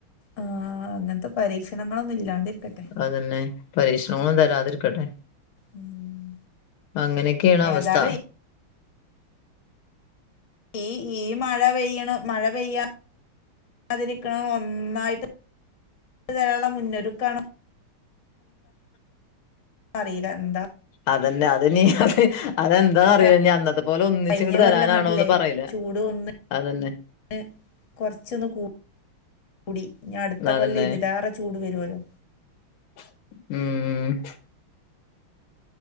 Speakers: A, on the left; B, on the left.
A: ആഹ് അങ്ങൻത്തെ പരീക്ഷണങ്ങളൊന്നും ഇല്ലാണ്ട് രിക്കട്ടെ
B: അതെന്നെ പരീക്ഷണങ്ങളാെന്നും തരാതിരിക്കട്ടെ
A: ഉം
B: അങ്ങനെക്കേണ് അവസ്ഥ
A: ഏതായാലും ഈ ഈ മഴ പെയ്യ്ണ് മഴ പെയ്യ യ്യാതിരിക്കാൻ ഒന്നായ്ട്ട് <unintelligible> മുന്നൊരുക്കാണോ അറീല ന്താ
B: അതെന്നെ അത് ഇനീ അതെന്താന്നറീലാ
A: ഇപ്പൊ ക-
B: ഇനി അന്നത്തെ പോലെ ഒന്നിച്ച്ങ്ങട്ട്
A: കഴിഞ്ഞ
B: തരാനാണോന്ന്
A: കൊല്ലം കണ്ടില്ലേ
B: പ്പറീലാ
A: ചൂട് ഒന്ന്
B: അതെന്നെ
A: എ കൊർച്ചൊന്ന് കൂ കൂടി ഇഞ്ഞട്ത്ത
B: അതന്നെ
A: കൊല്ലം ഇതിലാറെ ചൂട് വരൂലാേ
B: ഉം